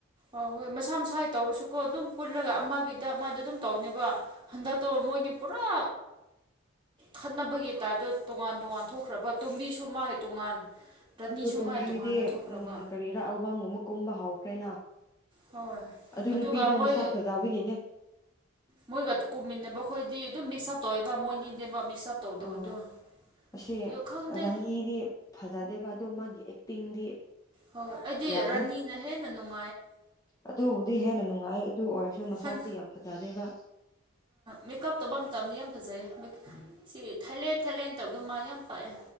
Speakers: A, on the right (about 25°); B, on the left (about 15°).
A: ꯑꯣ ꯍꯣꯏ ꯃꯁꯥ ꯃꯁꯥꯒꯤ ꯇꯧꯔꯁꯨꯀꯣ ꯑꯗꯨꯝ ꯄꯨꯜꯂꯒ ꯑꯃꯒꯤꯗ ꯃꯥꯗ ꯑꯗꯨꯝ ꯇꯧꯅꯦꯕ ꯍꯟꯗ ꯇꯣ ꯃꯣꯏꯅꯤ ꯄꯨꯔꯥ ꯈꯠꯅꯕꯒꯤ ꯇꯥꯏꯞꯇ ꯇꯣꯉꯥꯟ ꯇꯣꯉꯥꯟ ꯊꯣꯛꯈ꯭ꯔꯕ ꯇꯨꯝꯕꯤꯁꯨ ꯃꯥꯒꯤ ꯇꯣꯉꯥꯟ ꯔꯥꯅꯤꯁꯨ
B: ꯑꯗꯣ ꯇꯣꯝꯕꯤꯗꯤ
A: ꯃꯥꯏ ꯇꯣꯉꯥꯟꯅ ꯊꯣꯛꯈ꯭ꯔꯕ
B: ꯎꯝ ꯀꯔꯤꯔꯥ ꯑꯜꯕꯝꯒꯨꯝꯕ ꯀꯨꯝꯕ ꯍꯧꯈ꯭ꯔꯦꯅ
A: ꯍꯣꯏ
B: ꯑꯗꯨ
A: ꯑꯗꯨꯒ
B: ꯅꯨꯄꯤꯅꯦ ꯑꯃꯨ
A: ꯃꯣꯏ
B: ꯃꯁꯥ ꯈꯖꯥꯕꯒꯤꯅꯦ
A: ꯃꯣꯏꯒ ꯀꯨꯝꯃꯤꯟꯅꯕ ꯑꯩꯈꯣꯏꯗꯤ ꯑꯗꯨꯝ ꯃꯤꯛꯁ ꯑꯞ ꯇꯧꯋꯦꯕ ꯃꯣꯏꯅꯤꯅꯦꯕ ꯄꯤꯛꯤꯁꯞ ꯇꯧꯗꯕꯗꯣ
B: ꯑ ꯑꯁꯤ
A: ꯑꯗꯨ ꯈꯪꯗꯦ
B: ꯔꯥꯅꯤꯗꯤ ꯐꯖꯗꯦꯕ ꯑꯗꯨꯗ ꯃꯥꯒꯤ ꯑꯦꯛꯇꯤꯡꯗꯤ
A: ꯍꯣꯏ ꯑꯩꯗꯤ
B: ꯌꯥꯏ
A: ꯔꯥꯅꯤꯅ ꯍꯦꯟꯅ ꯅꯨꯡꯥꯏ
B: ꯑꯗꯨꯕꯨꯗꯤ ꯍꯦꯟꯅ ꯅꯨꯡꯉꯥꯏ ꯑꯗꯨ ꯑꯣꯏꯔꯁꯨ ꯃꯁꯥꯇꯤ
A: ꯍꯟ
B: ꯌꯥꯝ ꯐꯖꯗꯦꯕ
A: ꯃꯦꯀꯞ ꯇꯧꯕ ꯃꯇꯝꯗꯤ ꯌꯥꯝ ꯐꯖꯩ ꯁꯤ ꯊꯥꯏꯂꯦꯟ ꯊꯥꯂꯦꯟ ꯇꯧꯗꯣ ꯃꯥ ꯌꯥꯝ ꯄꯥꯛꯑꯦ